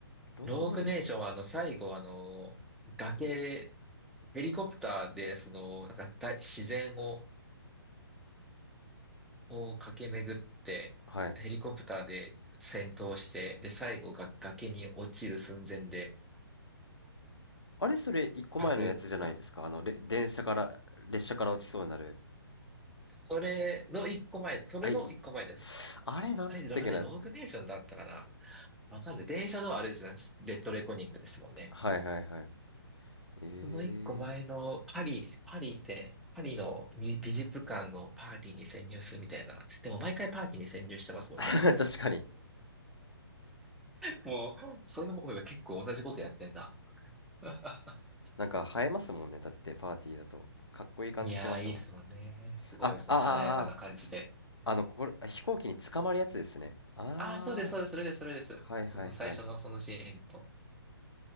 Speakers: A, on the left; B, in the centre.
A: ロングネーション。
B: ローグネーションはあの最後あの崖、ヘリコプターでそのなんか大自然を、を駆け巡ってヘリコプターで戦闘してで最後が崖に落ちる寸前で
A: はい。あれ、それ一個前のやつじゃないですか。
B: 核、か
A: あの、れ、電車から、列車から落ちそうになる。
B: それの一個前、それの一個前です。
A: あ、い、あれ、なんだったっけな。
B: あれ、あれローグネーションだったかなわかんない。電車のあれですね。レッドレコニングですもんね。
A: はいはいはい。え
B: その一個前のパリ、パリって、パリの美美術館のパーティーに潜入するみたいな。でも毎回パーティーに潜入してますもんね。
A: えー。<laughs> 確かに。
B: もう、そういう方が結構同じことやってんだ。<laughs>
A: なんか映えますもんね。だってパーティーだと。かっこいい感じしますもん。
B: いやー、いいっすもんね。すごい、
A: あ、あ、
B: その華やかな感じで。
A: あ、あ、ああの、これ、あ飛行機に捕まるやつですね。あ
B: ああ、そうです、そうです、それです、それです。
A: あ、はいはいはい。
B: その最初のそのシーンと。